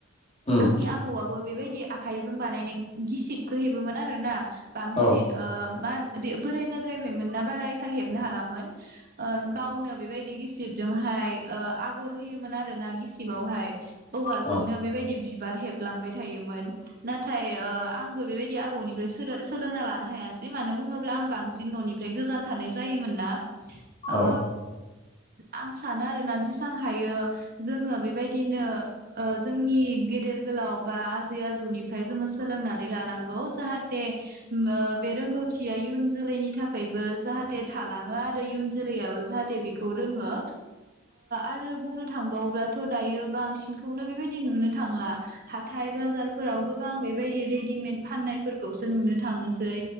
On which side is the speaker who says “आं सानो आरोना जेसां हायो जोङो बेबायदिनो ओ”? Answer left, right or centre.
Right